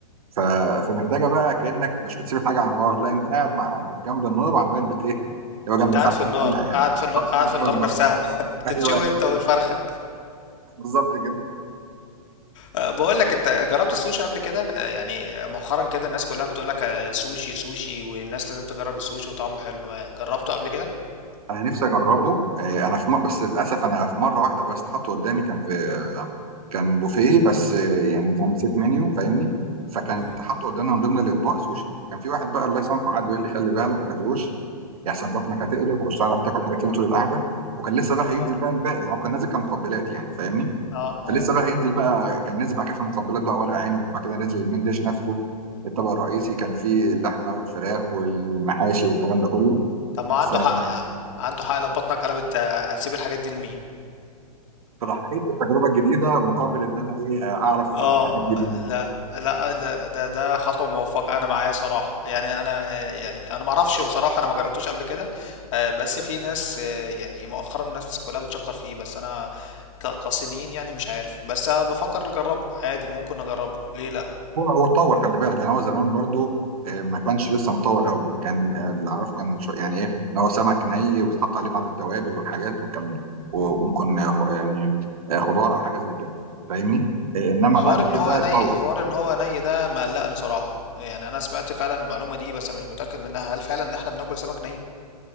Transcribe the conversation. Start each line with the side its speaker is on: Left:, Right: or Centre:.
Right: ف... فمحتاجه بقى كانك مش بتسيب الحاجه على النار لا انت قاعد مع جنب النار وعمال بت ايه اللي هو جنب
Left: انت
Right: الفحم
Left: قاعد في النار
Right: بتطلع
Left: قاعد
Right: يعني
Left: في النار قاعد
Right: قاعد
Left: في النار
Right: فوق النار
Left: نفسها <laughs> بتتشوي
Right: <laughs> ايوه
Left: انت والفرخة
Right: بالظبط كده
Left: أه، بقول لك انت جربت السوشي قبل كده أه، يعني مؤخرا كده الناس كلها بتقول لك أه، سوشي سوشي والناس لازم تجرب السوشي وطعمه حلو أه، جربته قبل كده
Right: انا نفسي اجربه آه، انا في م... بس للاسف انا في مره واحده بس اتحط قدامي كان في آه، كان بوفيه بس آه، يعني نظام سيت منيو فاهمني فكانت
Left: مم،
Right: حاطه قدامنا من ضمن الاطباق سوشي كان في واحد بقى الله يسامحه قعد يقول لي خلي بالك ما تاكلوش يحسن بطنك
Left: مم،
Right: هتقلب ومش هتعرف تاكل حاجه تانيه طول القعده وكان لسه بقى
Left: اه
Right: هينزل بقى الباقي يعني هو كان نازل كمقبلات يعني فاهمني
Left: اه اه
Right: فلسه بقى هينزل بقى كان نزل بعد كده في مقبلات بقى ورق عنب وبعد كده نزل المين ديش نفسه الطبق الرئيسي
Left: مم.
Right: كان فيه اللحمه والفراخ والمحاشي والكلام ده كله
Left: طب ما عنده
Right: ف-
Left: حق يا عم عنده حق لو بطنك قلبت أه، هتسيب الحاجات دي لمين
Right: فرحيت بالتجربه الجديده مقابل ان انا ايه اعرف
Left: اه
Right: اعدي بيهم
Left: لا لا لا ده ده خطوه موفقه انا معايا صراحه يعني انا آه، يعني انا ما اعرفش هو صراحه انا ما جربتوش قبل كده آه، بس في ناس آه، يعني مؤخرا الناس كلها بتشكر فيه بس انا ك- كصينيين يعني مش عارف بس أنا بفكر اجربه عادي ممكن اجربه ليه لا
Right: هو هو اتطور خلي بالك يعني هو زمان برضو آه، ما كانش لسه متطور قوي كان آه، اللي اعرفه كان شو يعني ايه ان هو سمك ني وبيتحط عليه بعض التوابل والحاجات والكلام ده وممكن
Left: مم.
Right: آه، خ- يعني آه، خضار او حاجه زي كده فاهمني آه، انما
Left: حوار
Right: بعد
Left: ان
Right: كده
Left: هو
Right: اتطور
Left: ني حوار ان هو ني ده مقلقني صراحه يعني انا سمعت فعلا المعلومه دي بس أنا مش متاكد منها هل فعلا احنا بناكل سمك